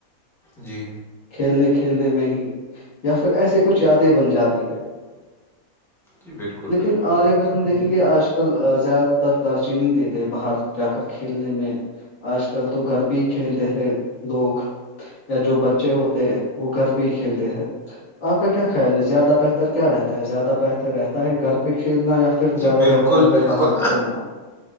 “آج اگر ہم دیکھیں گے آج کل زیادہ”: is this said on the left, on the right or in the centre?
Left